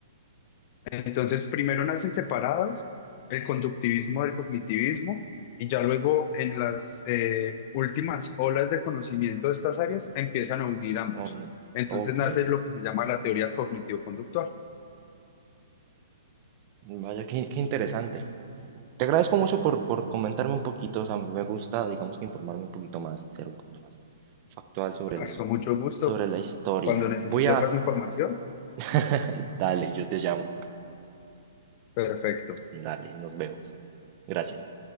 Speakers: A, on the left; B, on the right.
A: entonces, primero nacen separados el conductivismo del cognitivismo y ya luego en las eh, últimas olas de conocimiento de estas áreas empiezan a unir ambos.
B: Ah, bueno,
A: Entonces
B: Ok,
A: nace lo que se llama la teoría cognitivo-conductual.
B: vaya, qué, qué interesante. Te agradezco mucho por, por comentarme un poquito, o sea, me gusta, digamos que informarme un poquito más y ser un poquito más factual sobre
A: Hasta
B: los,
A: mucho gusto.
B: sobre la historia.
A: Cuando necesites
B: Voy a...
A: más información,
B: <laughs> Dale, yo te llamo.
A: perfecto.
B: Dale, nos vemos. Gracias.